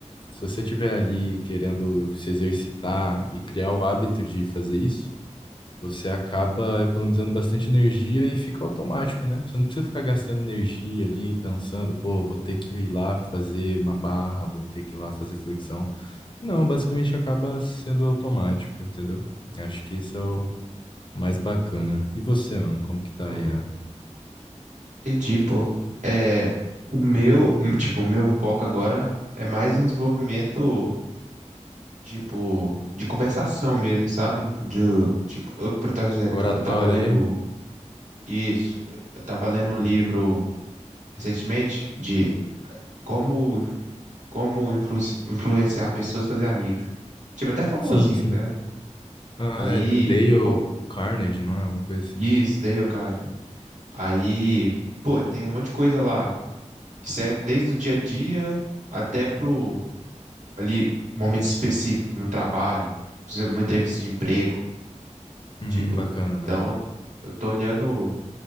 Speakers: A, on the left (about 40°); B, on the right (about 75°).
A: Se você estiver ali querendo se exercitar e criar o hábito de fazer isso, você acaba economizando bastante energia e fica automático, né? Você não precisa ficar gastando energia ali pensando, pô, vou ter que ir lá fazer uma barra, vou ter que ir lá fazer flexão. Não, basicamente acaba sendo automático, entendeu? Acho que isso é o mais bacana. E você, mano, como que tá
B: Pô,
A: aí a
B: entendi, pô. É, o meu, o- tipo, o meu foco agora é mais um desenvolvimento, tipo, de conversação mesmo, sabe? De, tipo, eu, por exemplo,
A: oratória
B: eu tava lendo
A: ali?
B: Isso. Eu estava lendo um
A: Uhum.
B: livro recentemente de como, como influenci- influenciar pessoas a fazer amigos. Tive até famosinho,
A: Sim, sim.
B: tá? ligado?
A: Ah,
B: Aí,
A: é do Dale
B: pô,
A: Carnegie, não é? Alguma coisa assim.
B: isso, Dale Carnegie. Aí, pô, tem um monte de coisa lá que serve desde o dia a dia até pro ali momentos específicos no trabalho, por exemplo, uma entrevista de emprego,
A: Uhum,
B: tipo.
A: bacana,
B: Então,
A: bacana.
B: eu eu tô olhando,